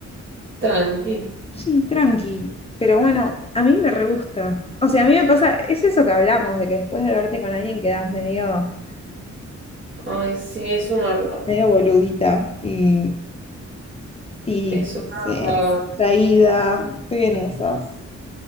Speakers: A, on the right; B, on the left.
A: tranqui.
B: sí, tranqui. Pero bueno, a mí me re gusta. O sea, a mí me pasa, es eso que hablamos, de que después de verte con alguien quedás medio,
A: Ay, sí, es un horror.
B: medio boludita y, y,
A: Es
B: no
A: un
B: sé,
A: horror.
B: traída. Estoy en esas.